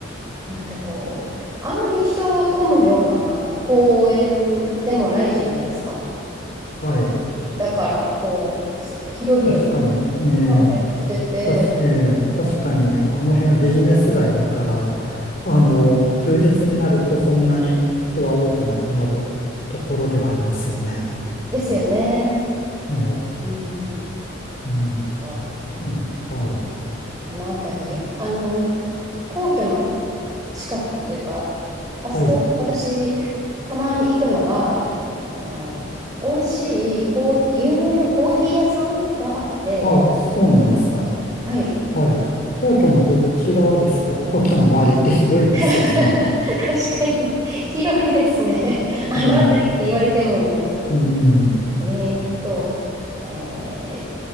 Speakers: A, on the right; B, on the left.
A: なんかこう、あんまり人が混むような公園でもないじゃないですか。
B: はい。
A: だから、こう、す広々
B: 確かに。ええ。
A: はい。してて、
B: たし、ええ、確かに、あの辺ビジネス街だから、あの、
A: うん
B: 休日になるとそんなに人は多くなくなるところではありますよね。
A: ですよね。
B: ええ。
A: うん。
B: うん。
A: なんか、
B: うん。はい。
A: うんあの辺り、
B: うん
A: あの、皇居の近くというか、あそこ、
B: はい。
A: 私、たまに行くのが、あの、美味しいコーヒー、有名なコーヒー屋さんがあって、
B: ああ、そうなんですか。
A: はい。
B: はい。皇居のどっち側ですか皇居の周りって広いですよね。
A: <laughs> 確かに、広いですね。<laughs> あの辺りって言われても、
B: ええ。
A: みたいな。
B: うん。
A: えーっと、えー